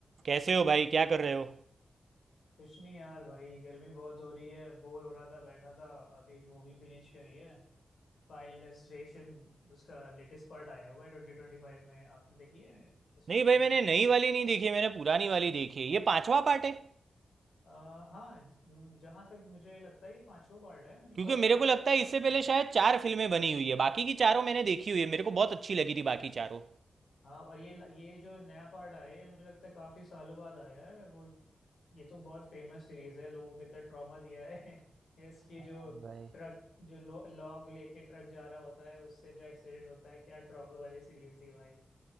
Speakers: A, on the right (about 55°); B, on the left (about 70°).
A: कैसे हो भाई क्या कर रहे हो
B: कुछ नहीं यार भाई गर्मी बहुत हो रही है बोर हो रहा था बैठा था अभी एक मूवी फिनिश करी है फाइनल डेस्टिनेशन उसका लेटेस्ट पार्ट आया हुआ है ट्वेंटी ट्वेंटी फाइव में आपने देखी है इसकी
A: नहीं
B: मूवी
A: भाई मैंने नई वाली नहीं देखी है, मैंने पुरानी वाली देखी है ये पांचवा पार्ट है
B: हाँ जहाँ तक मुझे लगता है ये पांचवा पार्ट है ये बहुत
A: क्योंकि मेरे
B: काफी
A: को लगता
B: टाइम
A: है
B: बाद
A: इससे
B: हुआ
A: पहले
B: है।
A: शायद चार फिल्में बनी हुई है बाकी की चारों मैंने देखी हुई है मेरे को बहुत अच्छी लगी थी बाकी चारों
B: हाँ और ये ये जो नया पार्ट आया है ये मुझे लगता है काफी सालों बाद आया है वो ये तो बहुत फेमस सीरीज है लोगों को इतना ट्रॉमा दिया है <laughs> इसकी
A: हाँ
B: जो
A: भाई
B: ट्रक जो लो- लॉग लेके ट्रक जा रहा होता है उससे जो एक्सीडेंट होता है क्या ट्रॉमा वाली सीरीज थी भाई